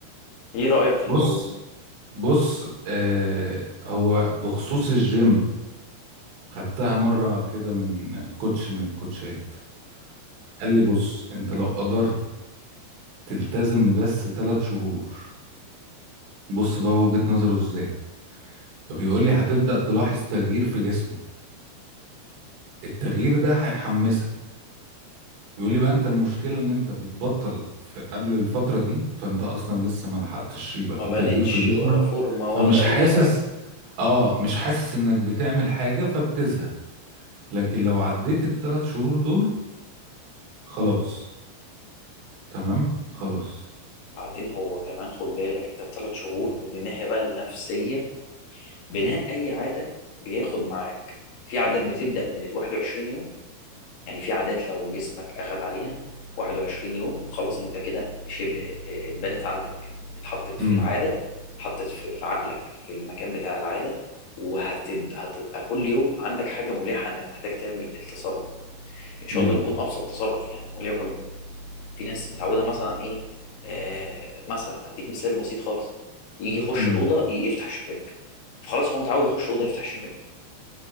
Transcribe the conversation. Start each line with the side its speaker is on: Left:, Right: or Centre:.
Left: ايه رأيك في اللي
Right: بص
Left: بقوله
Right: بص آه هو بخصوص الجيم خدتها مرة كده من كوتش من الكوتشات قال لي بص انت لو قدرت تلتزم بس ثلاث شهور بص بقى وجهة نظره ازاي فبيقول لي هتبدأ تلاحظ تغيير في جسمك التغيير ده هيحمسك بيقول لي بقى انت المشكلة ان انت بتبطل في قبل الفترة دي فانت اصلا لسه ما لحقتش يبقى
Left: ما
Right: في
Left: بانتش
Right: تغيير في جسمك
Left: ولا فورمة
Right: فمش
Left: ولا
Right: تبقى
Left: اي
Right: حاسس
Left: حاجة
Right: اه مش حاسس انك بتعمل حاجة فبتزهق لكن
Left: مم.
Right: لو عديت الثلاث شهور دول خلاص تمام خلاص
Left: بعدين هو كمان خد بالك انت الثلاث شهور من الناحية بقى النفسية بناء اي عادة بياخد معاك في عادات بتبدأ من ال 21 يوم يعني في عادات لو جسمك اخد عليها 21 يوم خلاص انت كده شبه آه، اتبنت عندك اتحطت في
Right: امم
Left: العادة اتحطت في في عقلك في المكان بتاع العادة وهتبقى كل يوم عندك حاجة ملحة انك محتاج تعمل التصرف ده ان شاء
Right: امم
Left: الله يكون ابسط تصرف يعني وليكن في ناس متعوده مثلا ايه آه مثلا هديك مثال بسيط خالص يجي يخش
Right: امم
Left: الاوضه يفتح الشباك فخلاص هو متعود يخش الاوضه يفتح الشباك